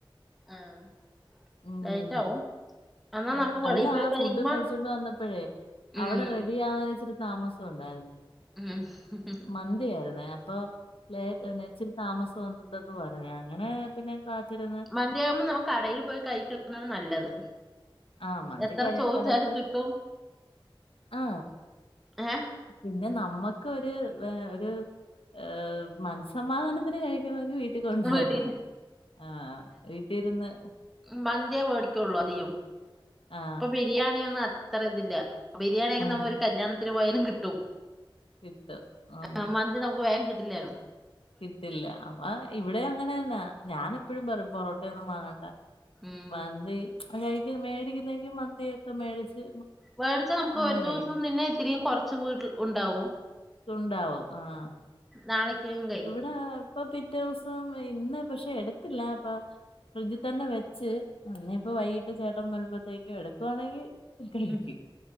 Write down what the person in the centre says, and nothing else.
ആഹ്
ലേറ്റ് ആവും എന്നാ
നമുക്ക് വെളിയിൽ
പോയി
കഴിക്കുമ്പോ
ഉം
ഉം ഹു ഹും
മന്തിയാകുമ്പം നമുക്ക് കടെയിൽ പോയി കഴിച്ചോക്ക്ണാണ് നല്ലെത്
എത്ര
ചോദിച്ചാാലും
കിട്ടും
ഹെ
വീട്ടിൽ
മന്ത്യാ വേടിക്കാെള്ളു അതികും
പ്പൊ ബിരിയാണിയൊന്നും അത്ര ത്‌ല്ലാ ബിര്യാണിയൊക്കെ
നമ്മ ഒര് കല്യാണത്തിന് പോയാലും കിട്ടും
ആഹ് മന്തി നമുക്ക് വേഗം കിട്ടില്ലാലോ
ഉം
മേടിക്കണം നമുക്ക്
ഒരു ദിവസം
നിന്നെ ഇത്തിരിയും കുറച്ച് വീട്ടിൽ ഉണ്ടാവും
നാളേക്ക് ഉണ്ട്
ഉം.